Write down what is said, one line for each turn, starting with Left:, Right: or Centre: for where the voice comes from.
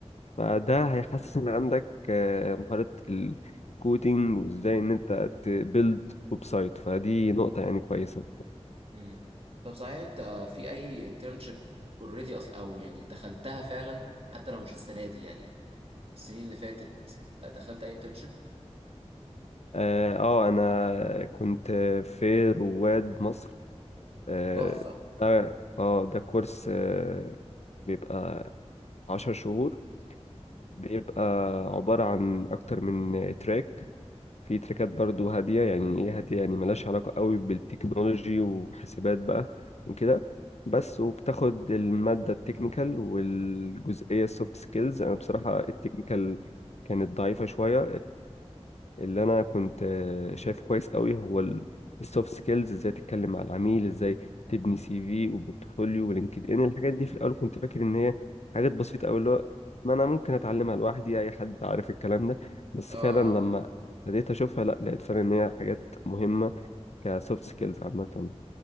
Left: فده هيحسن عندك آه، مهارة الكودينج وإزاي إن أنت تبيلد ويب سايت فدي نقطة يعني كويسة
Right: مم. طب صحيح انت في اي انترنشيب اوريدي اصلا او يعني دخلتها فعلا حتى لو مش السنه دي يعني السنين اللي فاتت دخلت اي انترنشيب
Left: اه آه، أنا كنت في رواد مصر اه
Right: تحفه
Left: ده آه، ده كورس آه، بيبقى عشر شهور بيبقى عبارة عن أكتر من تراك في تراكات برضو هادية يعني إيه هادية يعني ملهاش علاقة قوي بالتكنولوجي وحاسبات بقى وكده بس وبتاخد المادة التكنيكال والجزئية السوفت سكيلز أنا بصراحة التكنيكال كانت ضعيفة شوية اللي انا كنت آه، شايفه كويس قوي هو السوفت سكيلز ازاي تتكلم مع العميل ازاي تبني سي في وبورتفوليو ولينكد ان الحاجات دي في الاول كنت فاكر ان
Right: مم.
Left: هي حاجات بسيطه قوي اللي هو ما انا ممكن اتعلمها لوحدي اي حد عارف الكلام ده بس
Right: اه
Left: فعلا لما بديت اشوفها لا لقيت فعلا ان هي حاجات مهمه كسوفت سكيلز عامه